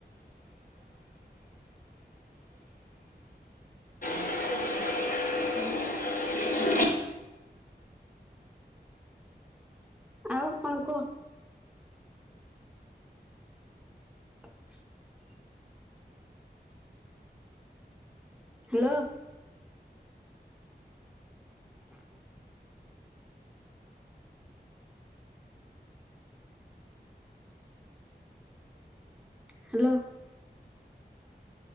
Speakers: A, on the left (about 50°); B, in the centre.
A: <unintelligible> <inaudible> <inaudible>
B: ଆଉ କଣ କୁହ। ହ <unintelligible> ହ୍ୟାଲୋ। ହ ହ୍ୟାଲୋ।